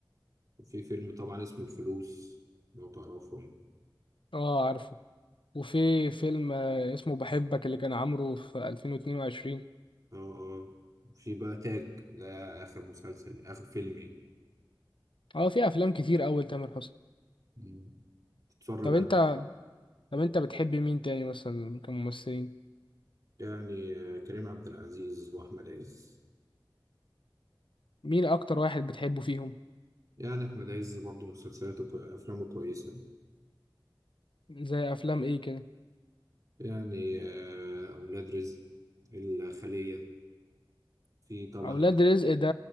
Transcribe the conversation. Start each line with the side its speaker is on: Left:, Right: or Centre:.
Right: في فيلم طبعا اسمه الفلوس لو تعرفه يعني
Left: اه عارفه وفي فيلم آه، اسمه بحبك اللي كان عامله في 2022
Right: اه اه في بقى تاج ده آخر مسلسل آخر فيلم يعني
Left: اه في افلام كتير اول تامر حسني
Right: مم. تتفرج
Left: طب انت
Right: عليه
Left: طب انت بتحب مين تاني مثلا كممثلين
Right: يعني آه، كريم عبد العزيز وأحمد عز
Left: مين اكتر واحد بتحبه فيهم
Right: يعني أحمد عز برضه مسلسلاته كو- أفلامه كويسة
Left: زي افلام ايه كده
Right: يعني آه، أولاد رزق الخلية في طبعا
Left: اولاد
Right: الحاجة
Left: رزق ده